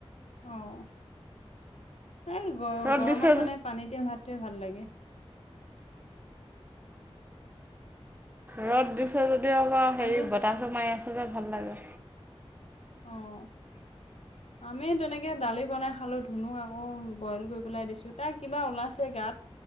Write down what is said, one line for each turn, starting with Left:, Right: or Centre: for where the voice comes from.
Left: আহ এই গ
Right: ৰ'দ
Left: গৰমত
Right: দিছে
Left: মানে পানী দিয়া ভাতটোৱে ভাল লাগে
Right: ৰ'দ দিছে যদি আকৌ হেৰি
Left: আজি
Right: বতাহটো মাৰি আছে যে ভাল লাগে
Left: অঁ আমি তেনেকে দালি বনাই খালো ধুনুক আকৌ বইল কৰি পেলাই দিছো তাৰ কিবা ওলাইছে গাত